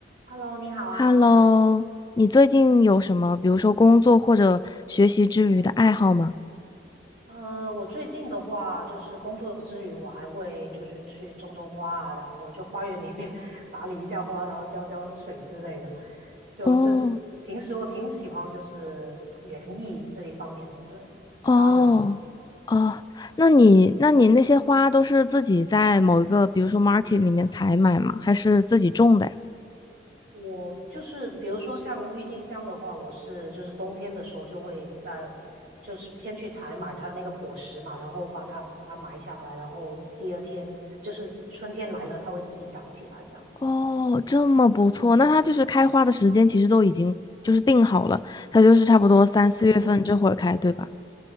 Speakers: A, on the right (about 50°); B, on the left (about 25°).
A: Hello，你好啊。
B: Hello，你最近有什么，比如说工作或者学习之余的爱好吗？
A: 嗯，呃，我最近的话，就是工作之余，我还会就是去种种花啊，然后就花园里面 <laughs> 打理一下花，然后浇浇水之类的。就这，
B: 哦
A: 平时我挺喜欢就是园艺这一方面的，对，gardening。
B: 哦哦，那你那你那些花都是自己在某一个，比如说 market 里面采买吗？还是自己种的呀？
A: 我就是比如说像郁金香的话，我是就是冬天的时候就会在，就是先去采买它那个果实嘛，然后把它埋下来，然后第二天就是春天来了，它会自己长起来这样。
B: 哦，这么不错，
A: 嗯
B: 那它就是开花的时间其实都已经就是定好了，它就是差不多三四月份这会儿开，
A: 嗯，
B: 对吧？